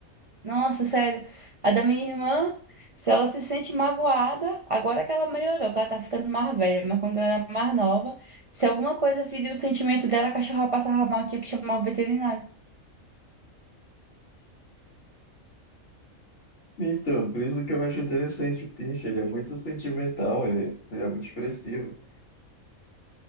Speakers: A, on the right (about 40°); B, on the left (about 55°).
A: Nossa, sério. A da minha irmã, se ela se sente magoada, agora que ela melhorou, que ela tá ficando mais velha, mas quando ela era mais nova, se alguma coisa feria o sentimento dela, a cachorra passava mal, tinha que chamar o veterinário.
B: Então, por isso que eu acho interessante o Pinch. Ele é muito sentimental, ele, ele é muito expressivo.